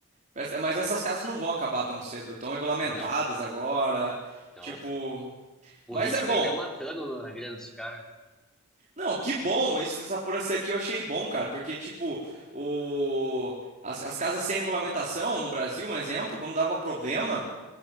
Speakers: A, on the right; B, in the centre.
A: Mas mas essas casas não vão acabar tão cedo, estão regulamentadas
B: Não.
A: agora.
B: Então,
A: Tipo,
B: político
A: mas é bom.
B: aí caiu matando na na grana dos caras.
A: Não, que bom. Isso, essa apuração aqui eu achei bom, cara, porque, tipo, o, as, as casas sem regulamentação no Brasil, um exemplo, quando dava problema,